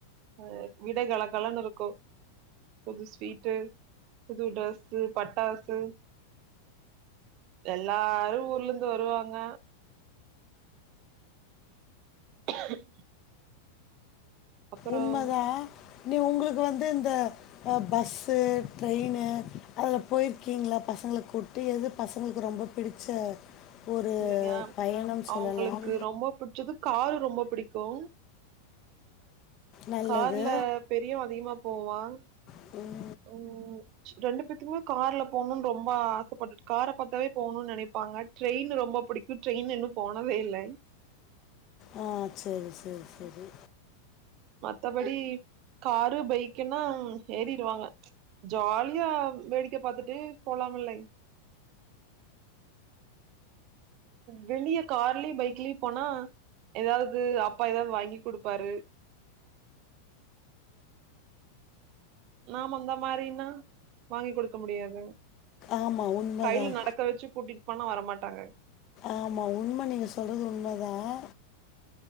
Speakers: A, on the right; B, on the left.
A: அது வீடே கலகலனு இருக்கும் புது ஸ்வீட்டு புது ட்ரெஸ் பட்டாசு எல்லாரும் ஊர்ல இருந்து வருவாங்க <unintelligible> அப்புறம்
B: உண்மைதான் நீ உங்களுக்கு இங்க வந்து இந்த பஸ்ஸு ட்ரெயினு அதுல போயிருக்கீங்களா பசங்களை கூட்டி எது பசங்களுக்கு ரொம்ப பிடிச்ச ஒரு
A: இல்லைங்க
B: பயணம் சொல்லலாம்
A: அவங்களுக்கு ரொம்ப பிடிச்சது காரு ரொம்ப பிடிக்கும்
B: நல்லது
A: கார்ல பெரியும் அதிகமா போவான்
B: ம்
A: உஹம் ரெண்டு பேத்துக்குமே கார்ல போகணும்னு ரொம்ப ஆசைப்பட்டு கார் பார்த்தாவே போகணும்னு நினைப்பாங்க ட்ரெயின் ரொம்ப பிடிக்கும் ட்ரெயின் இன்னும் போனதே இல்லை
B: ஆ சேரி சேரி சேரி
A: மத்தபடி காரு பைக்குன்னா ஏறிடுவாங்க ஜாலியா வேடிக்கை பாத்துட்டு போலாம இல்லை வெளிய கார்லயும் பைக்லயும் போனா ஏதாவது அப்பா எதாவது வாங்கி குடுப்பாரு நாம அந்த மாதிரினா வாங்கி கொடுக்க முடியாது
B: ஆமாம் உண்மைதான்
A: கையில நடக்க வச்சு கூட்டிட்டு போனா வர மாட்டாங்க
B: ஆமா உண்மை நீங்க சொல்றது உண்மைதான்